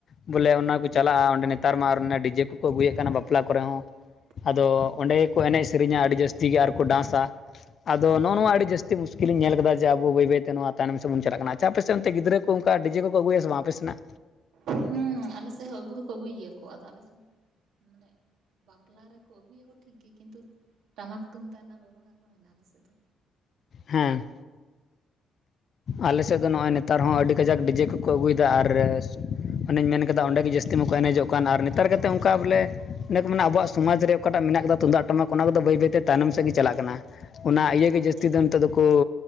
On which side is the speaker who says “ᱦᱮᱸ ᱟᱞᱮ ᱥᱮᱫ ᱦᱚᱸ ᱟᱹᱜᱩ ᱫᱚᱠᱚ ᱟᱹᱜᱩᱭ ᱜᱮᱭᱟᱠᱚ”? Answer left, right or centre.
Right